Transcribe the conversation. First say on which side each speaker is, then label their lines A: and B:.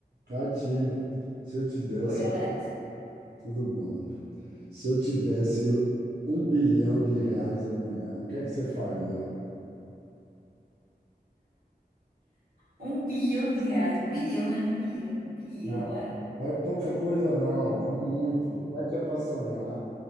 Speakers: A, on the right; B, on the right.
A: Cati, se eu te desse,
B: Oi, Alex.
A: tudo bom. Se eu te desse um bilhão de reais amanhã, o que é que você faria?
B: Um bilhão de reais. Bilhão não é nem milhão, é bilhão,
A: Não,
B: é.
A: não é pouca coisa, não, é muito. Já que é para sonhar,